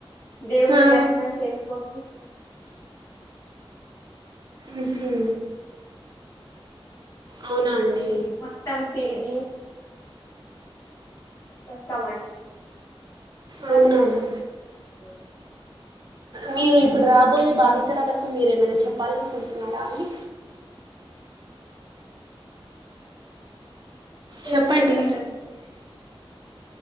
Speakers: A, on the left; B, on the right.
A: దేవుని
B: ఆ
A: దర్శనం చేసుకొని
B: ఉహు అవునా అండి
A: మత్తం తిరిగి వోస్తమండి <unintelligible>
B: అవునవును మీరు ఇప్పుడు రాబోయే భావితరాలకు మీరేమైనా చెప్పాలనుకుంటున్నారా అండి చెప్పండి
A: ఏం చెప్పనం